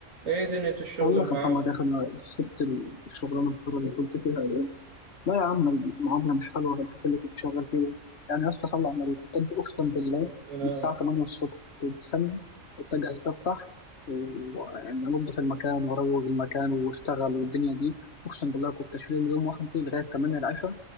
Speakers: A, on the right; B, on the left.
A: ايه دنيا الشغل
B: بقول لك
A: معاك
B: يا محمد يا اخي انا سبت الشغلانه الحره اللي كنت فيها دي لا يا عم المعامله مش حلوه غير كده اللي كنت شغال فيها يعني يا اسطى صلى على النبي كنت اجي اقسم بالله
A: بس انا
B: من الساعه 8 الصبح كنت سامع كنت اجي استفتح ويعني انضف المكان واروق المكان واشتغل والدنيا دي اقسم بالله كنت اشيل يوم واحد دي لغايه 8 العشاء